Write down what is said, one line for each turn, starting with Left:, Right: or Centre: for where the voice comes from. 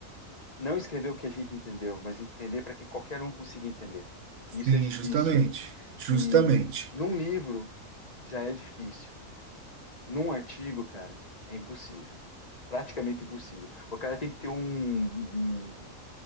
Left: não escrever o que a gente entendeu, mas entender para que qualquer um consiga entender.
Right: Sim,
Left: E isso é difícil.
Right: justamente. Justamente.
Left: E num livro já é difícil. Num artigo, cara, é impossível. Praticamente impossível. O cara tem que ter um, um-